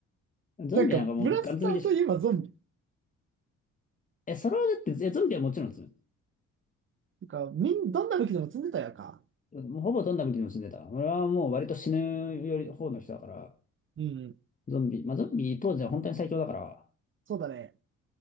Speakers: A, on the left (about 25°); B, on the right (about 40°).
A: ゾンビなんかもうガン積みでしょ。
B: なんか、ブラスターといえばゾンビ。
A: え、それはだって、えゾンビはもちろん積む。
B: なんか、みん、どんな武器でも積んでたやんか。
A: もうほぼどんな時にも住んでたね。俺はもう割と死ぬより方の人だから、
B: うん
A: ゾンビ、まあゾンビ当時は本当に最強だから、
B: そうだね。